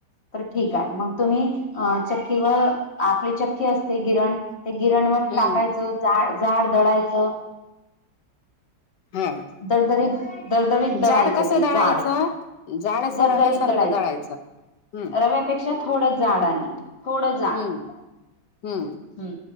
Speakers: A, on the left (about 40°); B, on the left (about 80°).
A: तर ठीक आहे मग तुम्ही अ चक्कीवर आपली चक्की असते गिरण ते गिरणवर
B: हम्म.
A: टाकायचं जा जाड दळायचं.
B: हा
A: दर दरी दरदरी दळायचं
B: जाड कसं
A: ते
B: दळायचं
A: झाड
B: जाड असं
A: दरदरी
B: रव्यासारखं
A: दळायचं.
B: हम्म
A: रव्यापेक्षा थोडं जाड आणि थोडं जाड
B: हम्म हम्म
A: ह